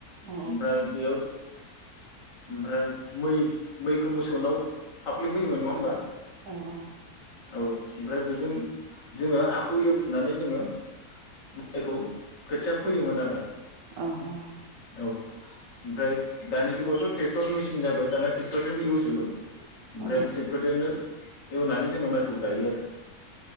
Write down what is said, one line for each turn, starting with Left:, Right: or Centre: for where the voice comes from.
Right: औ
Left: ओमफ्राय बेयाव ओमफ्राय मै मैखौ मोसौनाव फाफ्लियाव होयोमोन नङा होमबा?
Right: औ औ।
Left: औ ओमफ्राय बेजों जोङो हाखौ एवफुनानै जोङो माइखौ खोथिया फोयोमोन आरो।
Right: अ अ।
Left: औ ओमफ्राय दानि जोगावथ ट्रेक्टर मेसिन जाबा दाना ट्रेक्टरजोंनो एवजोबो। ओमफ्राय
Right: औ
Left: ट्रेक्टर जोंनो एवनानै जोङो माइखौ गायो आरो।